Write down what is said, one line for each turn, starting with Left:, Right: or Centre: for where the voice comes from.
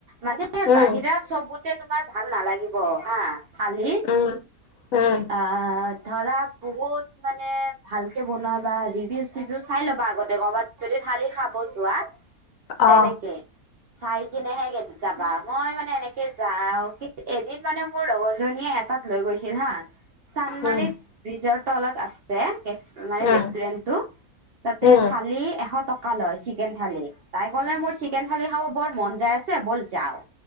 Right: মানে
Left: উম
Right: বাহিৰা চবতে তোমাৰ ভাল নালাগিব হা খালি
Left: উম উম
Right: অ' ধৰা বহুত মানে ভালকে বনোৱা বা ৰিভিউ চিভিউ চাই ল'বা আগতে কৰ'বাত যদি থালি খাব যোৱা
Left: অ
Right: তেনেকে চাই কিনেহে কে যাবা মই মানে এনেকে যাওঁ কি এদিন মানে মোৰ লগৰ জনীয়ে এটাত লৈ গৈছিল হা চানমাৰিত
Left: উম
Right: ব্ৰিজৰ তলত আছ ছে কেফ মানে
Left: উম
Right: ৰেষ্টুৰেনটো তাতে
Left: উম
Right: থালি এশ টক কা লয় চিকেন থালি। তাই কলে মোৰ চিকেন থালি খাব বৰ মন যাই আছে ব'ল যাওঁ